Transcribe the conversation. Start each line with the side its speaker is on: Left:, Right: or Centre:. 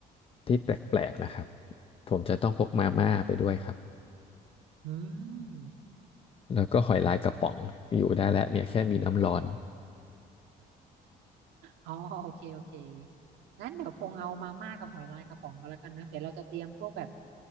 Left: ที่แปลกๆนะครับผมจะต้องพกมาม่าไปด้วยครับ
Right: อืม
Left: แล้วก็หอยลายกระป๋องอยู่ได้แล้วเนี่ยแค่มีน้ำร้อน
Right: อ๋อโอเคโอเคงั้นเดี๋ยวพงเอามาม่ากับหอยลายกระป๋องกัแล้วกันเนอะเดี๋ยวเราจะเตรียมพวกแบบ